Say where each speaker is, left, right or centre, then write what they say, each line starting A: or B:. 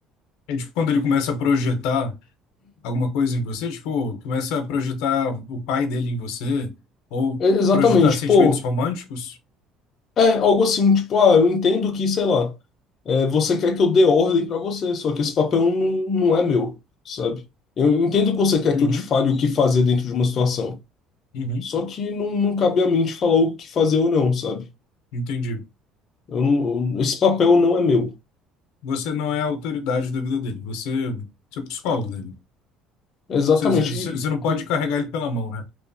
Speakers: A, on the left; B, on the left.
A: É tipo quando ele começa a projetar alguma coisa em você, tipo, começa a projetar o pai dele em você, ou
B: É, exatamente,
A: projetar sentimentos
B: pô,
A: românticos.
B: é algo assim, tipo, ah, eu entendo que, sei lá. É, você quer que eu dê ordem pra você, só que esse papel não, não é meu, sabe? Eu entendo que você quer
A: Uhum,
B: que eu te fale o que fazer dentro de uma situação,
A: uhum.
B: só que não, não cabe a mim te falar o que fazer ou não, sabe?
A: Entendi.
B: Eu não- eu- esse papel não é meu.
A: Você não é a autoridade da vida dele, você, você é o psicólogo dele.
B: Exatamente.
A: Você, você-
B: E,
A: você não pode
B: e,
A: carregar ele pela mão, né?